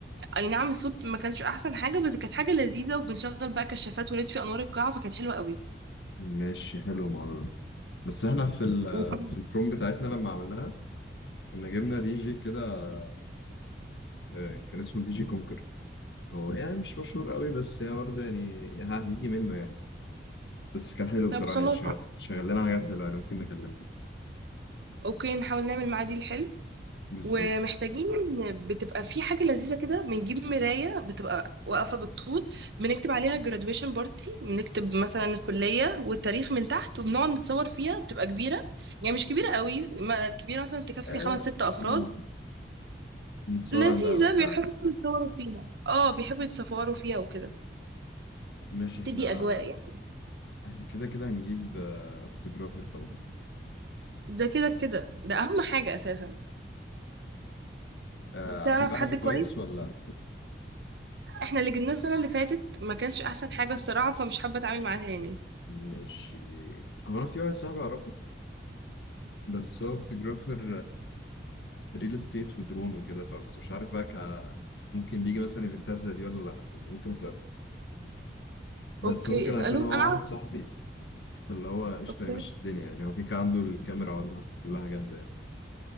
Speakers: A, on the right; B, on the left.
A: اي نعم الصوت ما كانش احسن حاجه بس كانت حاجه لذيذه وبنشغل بقى كشافات ونطفي انوار القاعه فكانت حلوه قوي
B: ماشي حلو الموضوع ده بس احنا في ال
A: وكنا-
B: في البروم بتاعتنا لما عملناها كنا جبنا دي جي كده آه، كان اسمه دي جي كونكر هو يعني مش مشهور قوي بس هي برضه يعني ها هيجي منه يعني بس كان حلو بصراحة
A: طب خلاص
B: يعني شغال شغال لنا حاجات حلوة يعني ممكن نكلمها
A: اوكي نحاول نعمل معادي الحلو
B: بالظبط
A: ومحتاجين بتبقى في حاجه لذيذه كده بنجيب مرايه بتبقى واقفه بالطول بنكتب عليها graduation بارتي بنكتب مثلا الكليه والتاريخ من تحت وبنقعد نتصور فيها بتبقى كبيره يعني مش كبيره قوي ما- كبيره مثلا تكفي
B: آه
A: خمس ست افراد
B: ن- نتصور
A: لذيذه
B: عندها وبتاع
A: بيحبوا يتصوروا فيها اه بيحبوا يتصوروا فيها وكده
B: مش احنا
A: تدي اجواء يعني
B: احنا كده كده هنجيب فوتوجرافر طبعا
A: ده كده كده ده اهم حاجة اساسا
B: آه،
A: تعرف
B: عارفين بقى
A: حد
B: حد كويس
A: كويس
B: ولا
A: احنا اللي جبناه السنة اللي فاتت ما كانش احسن حاجة الصراحة فمش حابة اتعامل معاه تاني
B: ماشي هو انا في واحد صاحبي اعرفه بس هو فوتوجرافر ريل استيت ودرون وكده فبس مش عارف بقى ك... ممكن بيجي مثلا ايفنتات زي دي ولا لا يعني ممكن اسال بس
A: اوكي
B: ممكن
A: اسأله
B: عشان هو
A: انا اعرف
B: واحد صاحبي فاللي هو قشطه
A: اوكي
B: يمشي الدنيا يعني هو كده كده عنده الكاميرا وعنده كلها جاهزه يعني